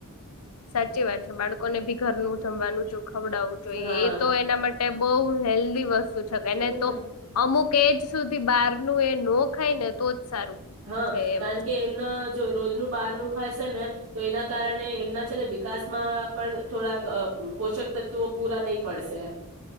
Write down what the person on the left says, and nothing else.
સાચી વાત છે, બાળકોને બી ઘરનું જમવાનું જો ખવડાવું જોઈએ
એતો એના માટે બોઉ હેલ્દી વસ તુ કેને
તો અમુક એજ સુધી બારનું એ નો ખાયને તો સારું
છે એમ